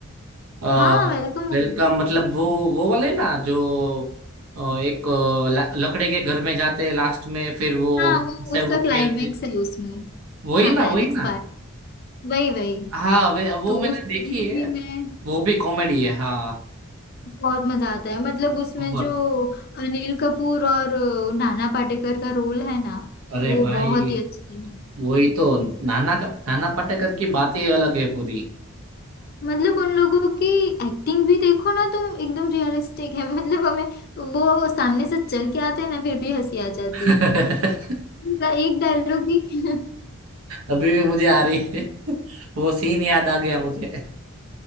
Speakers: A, on the right; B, on the left.
A: आ,
B: हाँ वेलकम मूवी,
A: वेलकम मतलब वो वो वाले ना जो अ, एक अ, ला- लकड़े के घर में जाते लास्ट में फिर वो
B: हाँ वो
A: से
B: उसका
A: वो
B: क्लाइमेक्स
A: खेलते
B: है उसमें
A: वही
B: हाँ
A: ना
B: क्लाइमेक्स
A: वही ना
B: पार्ट वही वही
A: हाँ वे वो
B: तो
A: मैंने
B: उस पूरी
A: देखी
B: मूवी
A: है
B: में
A: वो भी कॉमेडी है हाँ
B: बहुत मजा आता है मतलब उसमें
A: बहुत
B: जो अनिल कपूर और अ, नाना पाटेकर का रोल है ना
A: अरे
B: वो
A: भाई
B: बहुत ही अच्छी है
A: वही तो नाना का नाना पाटेकर की बात ही अलग है पूरी
B: मतलब उन लोगों की एक्टिंग भी देखो ना तुम एकदम रियलिस्टिक है <laughs> मतलब हमें वो सामने से चल के आते हैं ना फिर भी हंसी आ जाती
A: <laughs>
B: है उनका एक डायलॉग भी <laughs>
A: अभी भी मुझे आ रही है <laughs> वो सीन याद आ गया मुझे